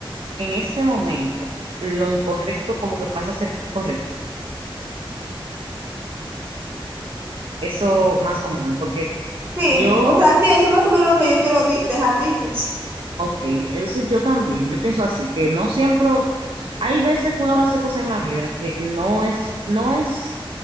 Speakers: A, on the right; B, on the right.
A: que en ese momento lo incorrecto como que pasa a ser correcto. Eso más o menos, porque
B: Sí,
A: yo,
B: o sea, sí, eso es más o menos lo que yo quiero di- dejar dicho.
A: ok, entonces yo también, yo pienso así, que no siempre, hay veces que uno va a hacer cosas en la vida que no es, no es